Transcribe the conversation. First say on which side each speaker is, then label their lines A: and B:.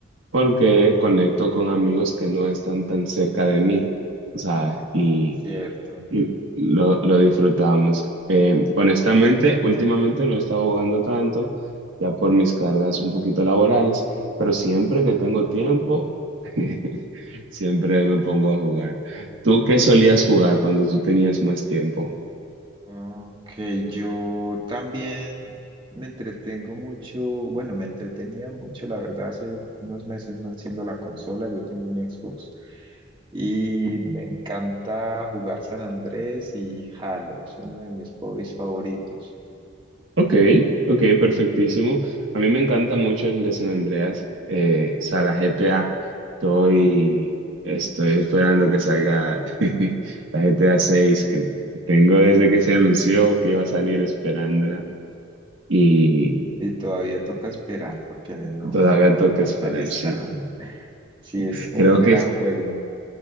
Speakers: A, on the right; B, on the right.
A: porque conecto con amigos que no están tan cerca de mí, o sea Y,
B: Es cierto.
A: y lo, lo disfrutamos. Eh, honestamente, últimamente no he estado jugando tanto, ya por mis cargas un poquito laborales, pero siempre que tengo tiempo, <laughs> siempre me pongo a jugar. ¿Tú qué solías jugar cuando tú tenías más tiempo?
B: Ok, yo también me entretengo mucho, bueno, me entretenía mucho, la verdad, hace unos meses no enciendo la consola, yo tengo un Xbox y me encanta jugar San Andrés y Halo, es uno de mis hobbies favoritos.
A: Ok, ok, perfectísimo. A mí me encanta mucho el de San Andreas. Eh, o sea, la GTA, estoy, estoy esperando que salga <laughs> la GTA 6, que tengo desde que se anunció que iba a salir esperándola y
B: Y todavía toca esperar porque no,
A: todavía toca
B: no
A: esperar,
B: está lista.
A: sí.
B: <laughs> Sí, es un
A: Creo
B: gran
A: que, es-
B: juego.